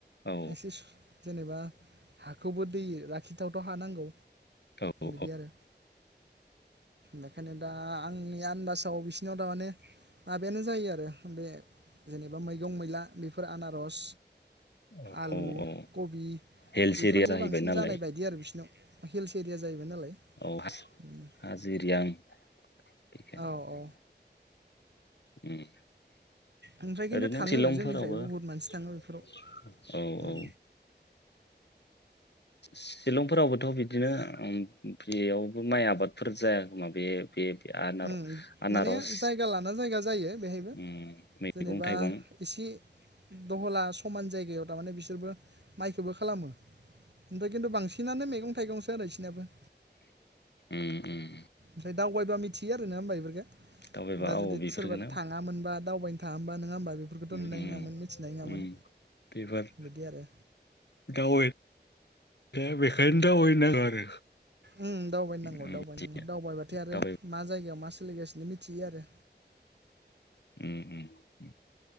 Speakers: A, on the left (about 75°); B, on the right (about 75°).
A: औ
B: एसे। जेनेबा। हाखौबो दै लाखिथावथाव' हा नांगौ
A: औ औ
B: बिदि आरो बेखायनो दा आंनि आन्दाजाव बिसि बिसिनाव थारमाने माबायानो जायो आरो बे जेनेबा मैगं मैला बेफोर आनारस
A: औ
B: आलु
A: औ औ।
B: कबि
A: हिल्स
B: बेफोरनो
A: एरिया जाहैबाय
B: बांसिन
A: नालाय
B: जानाय बायदि आरो बिसिना। हिल्स एरिया जाहैबाय नालाय।
A: औ
B: उम
A: हाजिरियां बिखायनो
B: औ औ
A: उम।
B: ओमफ्राय खिन्थु
A: ओरैनो
B: थाङो
A: शिलंफोरावबो
B: जोंनिफ्रायबो
A: औ
B: बुहुत मानसि थाङो बेफोराव
A: औ
B: ओं
A: ओ। शिलंफोरावबोथ' बिदिनो उम बेयावबो माइ आबादफोर जायाखोमा बे बे आनार
B: उम
A: आनारस
B: माने जायगा लाना जायगा जायो। बेहायबो
A: उम मैगं
B: जेनेबा
A: थाइगं
B: एसे दहला समान जायगायाव थारमाने बिसोरबो माइखौबो खालामो। ओमफाय खिन्थु बांसिनानो मैगं थाइगं जानायसैनाबो
A: उम उम।
B: फ्राय दावबायबा मिथियो आरो ना होमबा बेफोरखो
A: दावबायबा
B: दा
A: औ
B: जुदि
A: बेफोरखौनो
B: सोरबा थाङामोनबा दावबायनो थाङा मोनबा नोङा होमबा। बेफोरखौथ'
A: उम
B: नुनाय
A: उम
B: नङामोन मिथिनाय नङामोन
A: उम बेबार
B: बिदि आरो
A: दावबाय दा बेखायनो दावबाय नां आरो।
B: उम दावबायनांगौ
A: बिदिया
B: दावबायनांगौ दावबायबाथाय आरो
A: दावबाय
B: मा जायगायाव मा सोलिगासिनो मिथियो आरो।
A: उम उम उम।